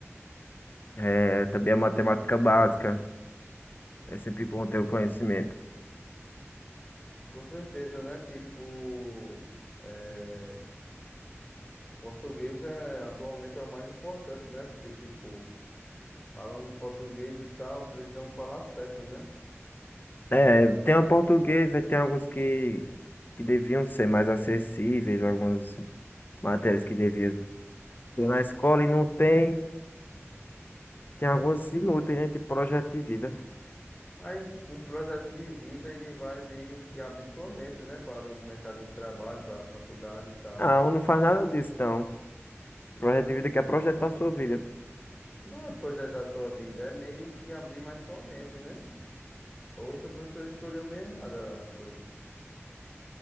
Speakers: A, on the left; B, on the left.
A: eh, também a matemática básica. É sempre bom ter o conhecimento.
B: Com certeza, né? Tipo, é, português é, atualmente é o mais importante, né? Porque, tipo, falamos português e tal, precisamos falar certo, né?
A: É,
B: E aí,
A: tem o português, aí tem alguns que, que deviam ser mais acessíveis, algumas matérias que deviam ter na escola e não tem. Tem algumas inúteis, né? Tipo projeto de vida.
B: mas o projeto de vida, ele vai meio que abrir sua mente, né? Para o mercado de trabalho, para a faculdade e tal.
A: Ah, um não faz nada disso, então.
B: Então,
A: Projeto de vida que é projetar a sua vida.
B: não é projetar sua vida, é meio que abrir mais sua mente, né? Ou seu professor escolheu meio errado as coisas.